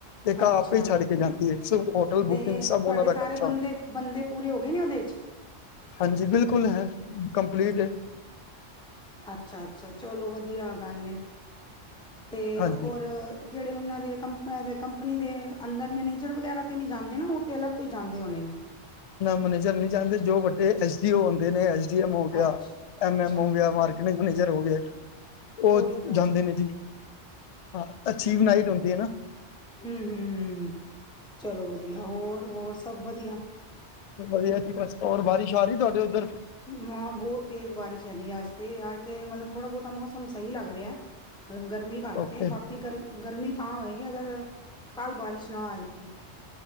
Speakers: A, on the left (about 55°); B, in the centre.
A: ਤੇ ਘ ਆਪ
B: ਅੱਛਾ
A: ਹੀ ਛੱਡ ਕੇ ਜਾਂਦੀ ਹੈ ਹੋਟਲ
B: ਤੇ
A: ਬੁਕਿੰਗ ਸਭ
B: ਤੁਹਾਡੇ
A: ਉਹਨਾਂ ਦਾ
B: ਸਾਰੇ
A: ਖਰਚਾ
B: ਬੰਦੇ
A: ਹੁੰਦਾ।
B: ਬੰਦੇ ਪੂਰੇ ਹੋ ਗਏ ਨੇ ਉਹਦੇ ਚ
A: ਹਾਂਜੀ ਬਿਲਕੁਲ ਹੈ ਕੰਪਲੀਟ ਹੈ
B: ਅੱਛਾ ਅੱਛਾ ਚਲੋ ਵਧੀਆ ਗੱਲ ਨੇ ਤੇ
A: ਹਾਂਜੀ
B: ਹੋਰ ਜਿਹੜੇ ਉਹਨਾਂ ਦੇ ਕੰਪ ਦੇ ਕੰਪਨੀ ਦੇ ਅੰਦਰ ਮੈਨੇਜਰ ਵਗੈਰਾ ਤੇ ਨਹੀਂ ਜਾਂਦੇ ਨਾ ਉਹ ਤੇ ਅਲੱਗ ਤੋਂ ਹੀ ਜਾਂਦੇ ਹੋਣੇ ਨੇ
A: ਮੈਨੇਜਰ ਨਹੀਂ ਚਾਹੁੰਦੇ ਜੋ ਵੱਡੇ ਐਸ ਡੀ ਓ ਹੁੰਦੇ ਨੇ ਐ ਜਮ ਹੋ ਗਿਆ
B: ਅੱਛਾ,
A: ਐਮ
B: ਅੱਛਾ-ਅੱਛਾ
A: ਐਮ ਹੋ ਗਿਆ ਮਾਰਕੀਟਿੰਗ ਮੈਨੇਜਰ ਹੋ ਗਏ ਉਹ
B: ਉਹੀ ਪਹੁੰਚਦੇ
A: ਜਾਂਦੇ ਨੇ ਜੀ ਹਾਂ ਅਛੀਵ ਨਾਈਟ ਹੁੰਦੀ ਹੈ ਨਾ
B: ਹਮ ਹ ਚਲੋ ਵਧੀਆ ਹੋਰ ਹੋਰ ਸਭ ਵਧੀਆ
A: ਵਧੀਆ ਜੀ ਬਸ ਹੋਰ ਬਾਰਿਸ਼ ਆ ਰਹੀ ਤੁਹਾਡੇ ਉੱਧਰ
B: ਹਾਂ ਬਹੁਤ ਤੇਜ਼ ਬਾਰਿਸ਼ ਹੈਗੀ ਆ ਅੱਜ ਤੇ ਅੱਜ ਤੇ ਮਤਲਬ ਥੋੜਾ ਬਹੁਤਾ ਮੌਸਮ ਸਹੀ ਲੱਗ ਰਿਹਾ ਮਤਲਬ ਗਰਮੀ ਘੱਟ
A: ਓਕੇ
B: ਬਾਕੀ ਗਰ ਗਰਮੀ ਤਾਂ ਹੋਏਗੀ ਅਗਰ ਕੱਲ ਬਾਰਿਸ਼ ਨਾ ਆਈ ਤੇ